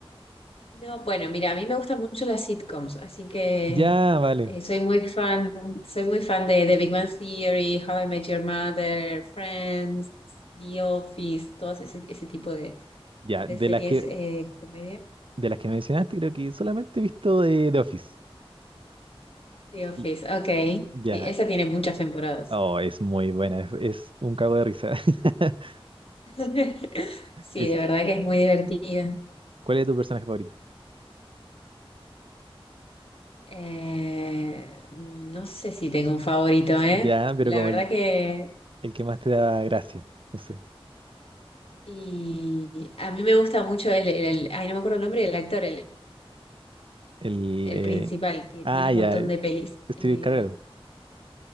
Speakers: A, on the left; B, on the right.
A: No, bueno, mira, a mí me gustan mucho las sitcoms, así que
B: Ya, vale.
A: eh, soy muy fan, soy muy fan de, The Big Bang Theory, How I Met Your Mother, Friends, The Office, todos ese, ese tipo de,
B: Ya,
A: de
B: de
A: series
B: las que
A: eh, comedia.
B: de las que mencionaste, creo que solamente he visto de The Office.
A: The Office,
B: L-
A: ok.
B: Ya,
A: Sí, esa tiene muchas temporadas.
B: oh, es muy buena, es, es un cago de risa. <laughs>
A: <laughs> Sí,
B: Es,
A: de verdad que es muy divertida.
B: ¿cuál es tu personaje favorito?
A: Eh, mm, no sé si tengo un favorito, ¿eh?
B: Ya, pero
A: La
B: como
A: verdad
B: el,
A: que...
B: el que más te da gracia, no sé.
A: Y a mí me gusta mucho el, el- el- ay, no me acuerdo el nombre del actor, el,
B: El
A: el
B: eh,
A: principal, que
B: ah,
A: tiene un
B: ya,
A: montón de pelis.
B: Steve
A: Eh,
B: Carell.